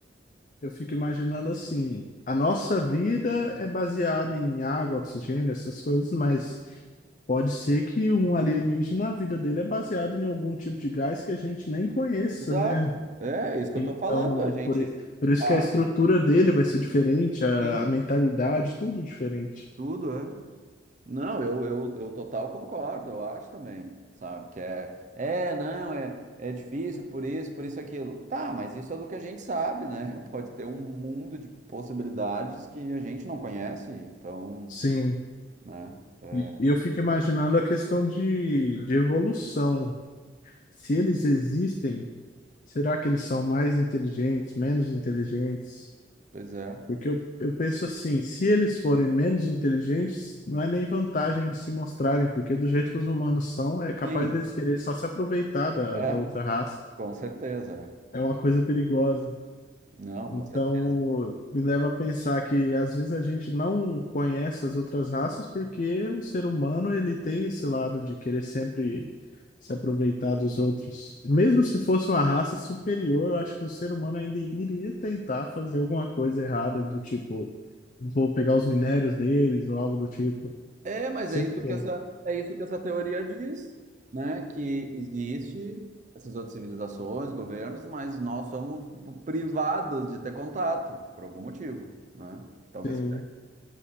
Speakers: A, on the left; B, on the right.
A: Eu fico imaginando assim, a nossa vida é baseada em água, oxigênio, essas coisas, mas pode ser que um alienígena, a vida dele é baseada em algum tipo de gás que a gente nem conheça,
B: Exato.
A: né?
B: É é isso que
A: Então,
B: eu tô falando. A gente.
A: por, i- por isso
B: Ah,
A: que a estrutura dele vai ser diferente, a,
B: sim,
A: a mentalidade, tudo diferente.
B: tudo é. Não, eu, eu, eu total concordo, eu acho também, sabe? Que é, é, não, é, é difícil por isso, por isso, aquilo. Tá, mas isso é do que a gente sabe, né? <laughs> Pode ter um mundo de possibilidades que a gente não conhece, então,
A: Sim,
B: né? é,
A: e e eu fico imaginando a questão de, de evolução. Se eles existem, será que eles são mais inteligentes, menos inteligentes?
B: Pois é.
A: Porque eu, eu penso assim, se eles forem menos inteligentes, não é nem vantagem de se mostrarem, porque do jeito que os humanos são, é capaz
B: Sim,
A: deles querer só se aproveitar da,
B: é,
A: da outra raça.
B: com certeza. é.
A: É uma coisa perigosa.
B: Não, com
A: Então,
B: certeza.
A: me leva a pensar que às vezes a gente não conhece as outras raças porque o ser humano ele tem esse lado de querer sempre se aproveitar dos outros. Mesmo se fosse uma raça superior, eu acho que o ser humano ainda iria tentar fazer alguma coisa errada, do tipo vou pegar os minérios deles ou algo do tipo.
B: É, mas
A: Sempre
B: é isso
A: tem.
B: que essa, é isso que essa teoria diz, né? Que existe essas outras civilizações, governos, mas nós somos tipo, privados de ter contato, por algum motivo, né? Que talvez.
A: Sim.